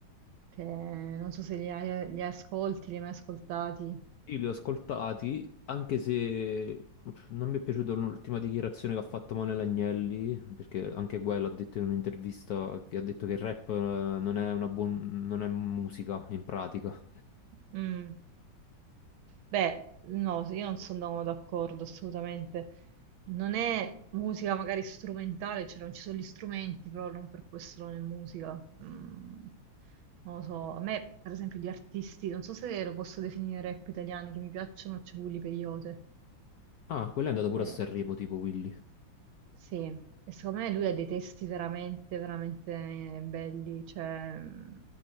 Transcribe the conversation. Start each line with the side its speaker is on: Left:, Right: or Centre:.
Right: Che non so se li, hai- li ascolti, li hai mai ascoltati.
Left: Io li ho ascoltati, anche se pff, non mi è piaciuta l'ultima dichiarazione che ha fatto Manuel Agnelli, perché anche quello ha detto in un'intervista che ha detto che il rap eh, non è una buon- non è musica in pratica.
Right: Mm. Beh, no, sì, io non sono d'accordo assolutamente. Non è musica magari strumentale, cioè non ci sono gli strumenti, però non per questo non è musica. Mm, non lo so, a me per esempio di artisti, non so se lo posso definire rap italiani che mi piacciono, c'è Willy Peyote.
Left: Ah, quello è andato pure
Right: Eh,
Left: a Sanremo, tipo Willy.
Right: sì, e secondo me lui ha dei testi veramente, veramente eh, belli, cioè mm,